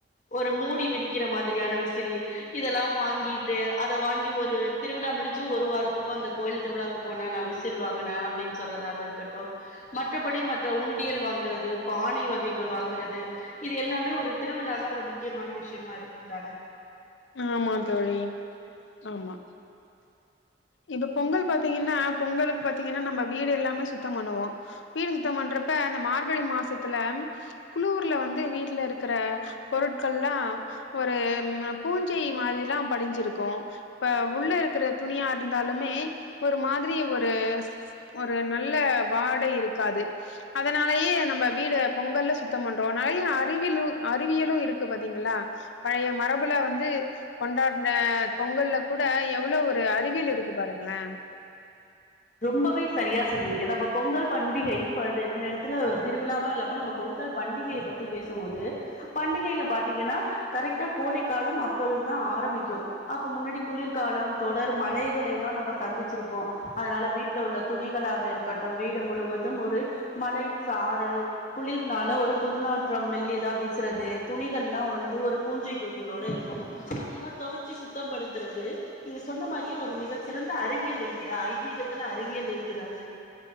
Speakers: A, on the left (about 40°); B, on the left (about 75°).
A: ஒரு மூடி விரிக்கிற மாதிரியான விசிறி இதெல்லா வாங்கிட்டு அத வாங்கி ஒரு திருவிழா முடிச்சு ஒரு வாரத்துக்கு அந்த கோயில் திருவிழாக்கு போன நா விசில் வாங்குன அப்பிடின் சொல்றதாக இருக்கட்டு. மற்றபடி மற்ற உண்டியல் வாங்குறது பானை வகைகள் வாங்குறது இது எல்லாமே ஒரு திருவிழானா ஒரு முக்கியமான விஷயமா இருக்குந்தான
B: ஆமா தோழி ஆமா இப்ப பொங்கல் பாத்தீங்கன்னா பொங்கலுக்கு பாத்தீங்கன்னா நம்ம வீடு எல்லாமே சுத்த பண்ணுவோ. வீ டு சுத்த பண்றப்ப இந்த மார்கழி மாசத்துல குளூர்ல வந்து வீட்ல இருக்குற பொருட்கள்லா ஒரு பூஞ்சை மாரிலா படிஞ்சிருக்கு. இப்ப உள்ள இருக்குற துணியா இருந்தாலுமே ஒரு மாதிரி ஒரு ஒரு நல்ல வாடை இருக்காது. அதனாலயே நம்ப வீடு பொங்கல்ல சுத்தோ பண்றோ. நறையா அறிவிலு அறிவியலு இருக்கு பாத்தீங்களா. பழைய மரபுல வந்து கொண்டாட்ன பொங்கல்ல கூட எவ்ளோ ஒரு அறிவியல் இரு க்கு பாருங்களே
A: ரொம்பவே சரியா சொன்னீங்க நம்ம பொங்கல் பண்டிகையு இப்போது இந்த எடத்துல திருவிழாவா இல்லாம நம்ம பொங்கல் பண்டிகைய பத்தி பேசுமோது பண்டிகையில பாத்தீங்கன்னா கரெக்டா கோடை கால அப்பொழுதுதா ஆரம்பிக்கு அப்ப முன்னாடி குளிர்கால தொடர் மழைகளை எல்லா நம்ம சந்திச்சிருப்போ அதனால வீட்ல உள்ள துணிகளாக இருக்கட்டு வீடு முழுவது ஒரு மழை சாரல் குளிர்னால ஒரு துர்நாற்ற மெல்லியதா வீசுறது துணிகள்ல்லா வந்து ஒரு பூஞ்சை தொட்டுனோட இருக்கு. அதெல்லா தெவச்சு சுத்தப்படுத்துறது நீங்க சொன்ன மாரியே ஒரு மிக சிறந்த அறிவியல் இல்லயா ஐ திகத்துல அறிவியல் இருக்குதான